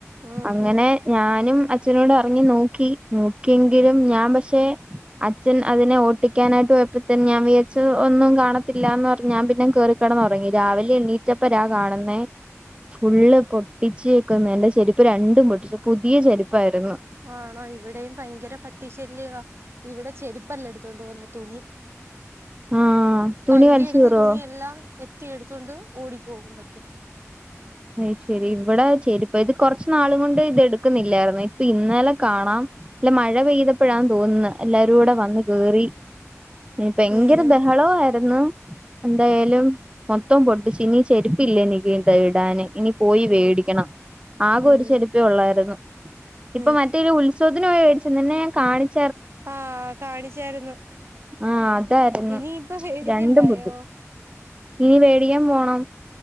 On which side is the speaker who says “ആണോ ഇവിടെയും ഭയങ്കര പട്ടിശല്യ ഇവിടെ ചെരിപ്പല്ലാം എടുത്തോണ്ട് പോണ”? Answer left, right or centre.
Right